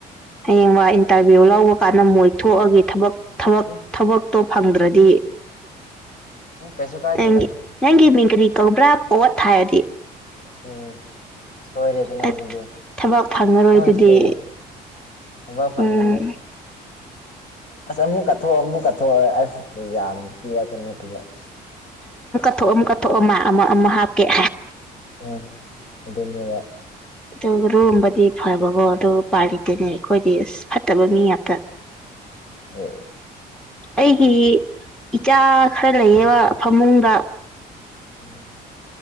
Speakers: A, in the centre; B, on the left.
A: ꯍꯌꯦꯡꯕ ꯏꯟꯇꯔꯚꯤꯌꯨ ꯂꯧꯕ ꯀꯥꯟꯗ ꯃꯣꯏ ꯊꯣꯛꯑꯒꯦ ꯊꯕꯛ ꯊ
B: ꯎꯝ
A: ꯊꯕꯛ ꯇꯣ ꯐꯪꯗ꯭ꯔꯗꯤ
B: ꯎꯝ ꯀꯩꯁꯨ ꯀꯥꯏꯗꯦꯗ
A: ꯅꯒꯤ ꯅꯪꯒꯤ ꯃꯤꯡ ꯀꯔꯤ ꯀꯧꯕ꯭ꯔꯥ ꯑꯣꯠ ꯊ ꯍꯥꯏꯔꯗꯤ
B: ꯎꯝ ꯁꯣꯏꯔꯦꯗꯅꯥ
A: ꯑꯁ
B: ꯑꯗꯨꯗꯤ
A: ꯊꯕꯛ ꯐꯪꯉꯔꯣꯏꯗꯨꯗꯤ
B: ꯅꯣꯏ ꯁꯣꯏꯔꯦ ꯊꯕ ꯐꯪꯉꯅꯦ
A: ꯎꯝ
B: ꯑꯁ ꯃꯨ ꯀ ꯀꯠꯊꯣꯛꯑ ꯑꯃꯨꯛ ꯀꯠꯊꯣꯛꯑ ꯑꯁ ꯌꯥꯝ ꯄꯤꯔꯛꯀꯅꯤ ꯑꯗꯨꯒꯕꯛ
A: ꯀꯠꯊꯣꯛꯑ ꯑꯃ ꯀꯠꯊꯣꯛꯑ ꯑꯃ ꯑꯃ ꯑꯃ ꯍꯥꯞꯀꯦ
B: ꯑ ꯑꯗꯨꯗꯅ
A: ꯑꯗꯨ ꯂꯨꯒꯕꯗꯤ ꯐꯕꯀꯣ ꯑꯗꯨ ꯄꯥꯜꯂꯤꯇꯅꯦ ꯑꯩꯈꯣꯏꯗꯤ ꯑꯁ ꯐꯠꯇꯕ ꯃꯤ ꯉꯥꯛꯇ
B: ꯎ
A: ꯑꯩꯒꯤ ꯏꯆꯥ ꯈꯔ ꯂꯩꯌꯦꯕ ꯐꯃꯨꯡꯗ
B: ꯎꯝ